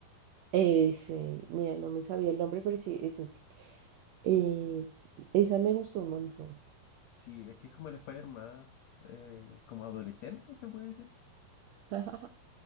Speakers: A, on the right; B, on the left.
A: Ese, mira, no me sabía el nombre, pero sí, ese sí. Eh, esa me gustó un montón.
B: Sí, es que es como el Spider más, eh, como adolescente, se puede decir.
A: <laughs>